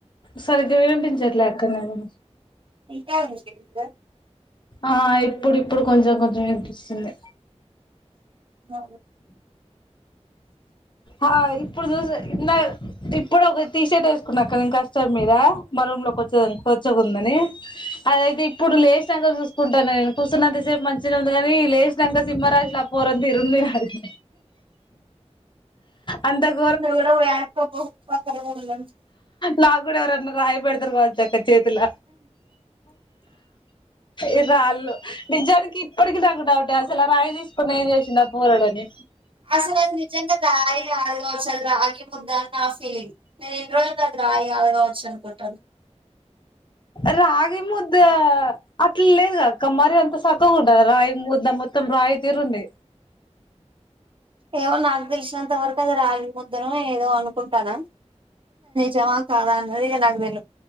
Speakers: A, on the left; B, on the right.
A: సరిగ్గా వినిపించట్లేదు అక్క నాకు
B: ఇంకా <unintelligible>
A: ఆ ఇప్పుడు ఇప్పుడు కొంచెం కొంచెం వినిపిస్తుంది.
B: అ
A: ఆ ఇప్పుడు చూసన్న ఇందాక ఇప్పుడు ఒక టీ షర్ట్ వేసుకున్నా కానీ ఇంకష్టం మీద మా రూమ్ లోకి వచ్చ కొచ్చగుందని అదైతే ఇప్పుడు లేచినంక చూసుకుంటాన నేను కూర్చున్నంతసేపు మంచిగా ఉంది కాని లేస్ నిజంగ సింమరాజ్లా ఆ పోరన్ తీరు వుంది నాది అంతకు
B: నువ్ కూడా పొయి అన్క పో పక్క రూమ్ ల ఉన్నది
A: నాగుడ ఎవరన్న రయిబెడతరు కావచ్చాక చేేతిల ఇ రాలు నిజనికి ఇపటికి నాకు డౌట్ ఏ అ రాయి తీసుకుని ఏం చేసింది ఆ పోరాడని
B: అసలు అది నిజంగా దాయి కాదు కావచ్చు రాగి ముద్దాని ఆ ఫీలింగ్ నేను ఇన్ని రోజులు అది రాయి కాదు కావచ్చు అని అనుకుంటాన
A: రాగి ముద్ద అట్ల లేదుగా కమ్ మరి అంత సక్కగ ఉంటదా రాయి ముద్ద మత్తం రాయి తిరుంది
B: ఏవో నాకు తెలిసినంత వరకు అది రాగి ముద్దనో ఏదో అనుకుంటానం జమ కాదా అన్నదిగ నాకు దల్